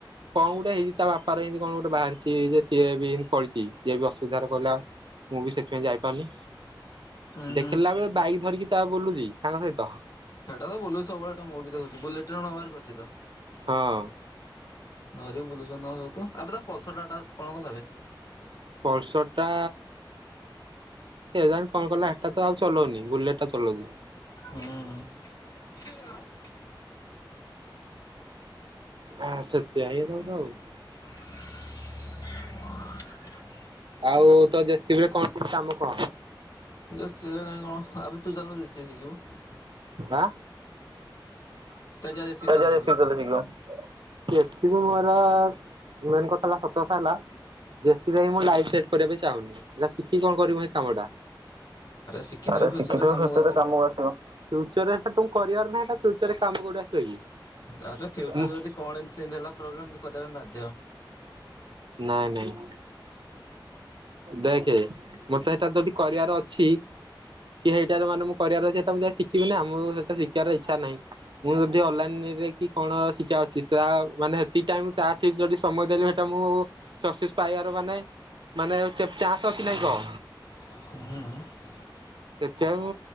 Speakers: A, on the right (about 70°); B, on the left (about 50°).
A: କଣ ଗୋଟେ ହେଇଛି ତା ବାପାର ଏମିତି କଣ ଗୋଟେ ବାହାରିଛି ଯେ ସିଏ ବିମିତି ପଳେଇଛି ସିଏ ବି ଅସୁବିଧାରେ କହିଲା ମୁଁ ବି ସେଥିପାଇଁ ଯାଇପାରୁନି
B: ହୁଁ
A: ଦେଖିଲିଲା
B: ହୁଁ
A: ବେଳେ ବାଇକ୍ ଧରିକି ତା ବୁଲୁଛି ସାଙ୍ଗ ସହିତ।
B: ସେଇଟା ତ ବୁଲୁଛି ସବୁଳେ ମୁଁ ବି ଦେଖୁଛି ବୁଲେଟ୍ରେ ନୂଆ ବାହାର କରିଛି ତ
A: ହଁ!
B: ଧରି ବୁଲୁଛ ହଉ ତୁ ଏବେ ତା ପଲସର ଟା ଟା କଣ କଲାବେ?
A: ପଲସର ଟା କେଜାଣି କଣ କଲା ଏଟା ତ ଆଉ ଚଲଉନି ବୁଲେଟ ଟା ଚଲଉଛି।
B: ହୁଁ!
A: ଆଁ ସେତିଆ ହେଇଥାଉ ତ ଆଉ
B: <inaudible>
A: ଆଉ ତ ଜେ ସି ବି ରେ କଣ କିମ୍ କାମ କଣ?
B: ଜ ସିଏ କାଇହିଁ କଣ ଆବେ ତୁ ଚାଲୁନୁ ଜେ ସି ବି ଶିଖିବୁ?
A: ଆଁ
B: ଚାଲ ଯା ଜେସିବି ଚାଲ
A: <unintelligible>
B: ଶିଖିବୁ
A: <unintelligible> ବି ମୋର ମେନ୍ କଥା ହେଲା ସତ କଥା ହେଲା ଜେ ସି ବି ରେ ମୁଁ ଲାଇଫ ସେଟ୍ କରିବା ପାଇଁ ଚାହୁନି ଶିଖି କଣ କରିବୁ ସେଇ କାମଟା?
B: ଶିଖିଥିବୁ
A: ଆରେ
B: ଫ୍ୟୁଚରରେ
A: ଶିଖିଥଉ
B: କାମକୁ
A: ହଷରେ
B: ଆସିବ।
A: କାମକୁ ଆସିବ। ଫ୍ୟୁଚରରେ ଇଟଟା ତ କରିବାର ନାହିଁ ଫ୍ୟୁଚରରେ କାମ କୋଉଠୁ ଆସିବା କି?
B: ଆରେ ଫ୍ୟୁଚର
A: ମୁଁ
B: ଯଦି କଣ ଏ ସେମତି ହେଲା ପ୍ରୋବ୍ଲେମ କରିବା ପାଇଁ ବାଧ୍ୟ।
A: ନାଇଁ ନାହିଁ। ଦେଖେ ମତେ ସେଇଟା ଯଦି କରିବାର ଅଛି କି ହେଇଟା ମାନେ କରିବାର ଅଛି ତ ମୁଁ ଯାଇ ଶିଖିବି ନା ମୁଁ ସେଟା ର ଶିଖିବାର ଇଚ୍ଛା ନାହିଁ। ମୁଁ ଯଦି ଅଲଲାଇନରେ କି କଣ ଶିକା ଅଛି ତା ମାନେ ହଜତିକି ଟାଇମ୍ ତା ଠିକ୍ ଯଦି ସମୟ ଦେଲି ସେଟା ମୁଁ ସକ୍ସେସ୍ ପାଇଆର ମାନେ ମାନେ ଚା ଚାନ୍ସ ତ ଅଛି କି ନାହିଁ କ?
B: ହୁଁ।
A: ଦେଖିଆକୁ